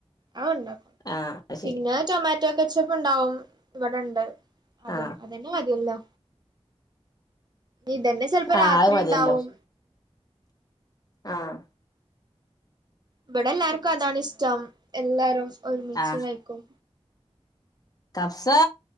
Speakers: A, on the right; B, on the left.
A: അത് ണ്ടാക്കും.
B: ആഹ് <unintelligible>
A: പിന്നെ ടൊമാറ്റോ തെച്ചപ്പ് ണ്ടാവും. ഇവടെണ്ട് അതും
B: ആ
A: അതെന്നെ മത്യല്ലോ. ഇതെന്നെ ചെല് പ്പോ
B: ആ
A: രാത്രി
B: അത് മതിയല്ലോ
A: ണ്ടാവും.
B: ആഹ്
A: ഇബടെ ല്ലാർക്കും അതാണിഷ്ടം എല്ലാരും ഒരുമിച്ച്
B: ആ
A: കഴിക്കും.
B: കഫ്സാ